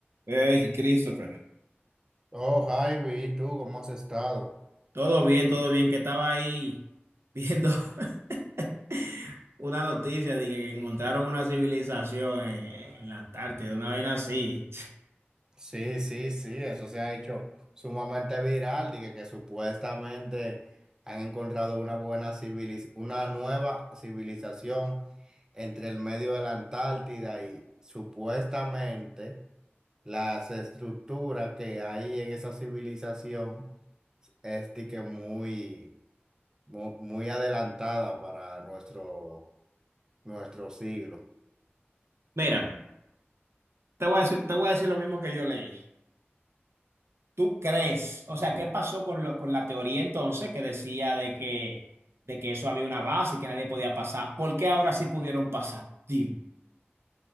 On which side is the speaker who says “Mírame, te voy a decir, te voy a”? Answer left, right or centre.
Right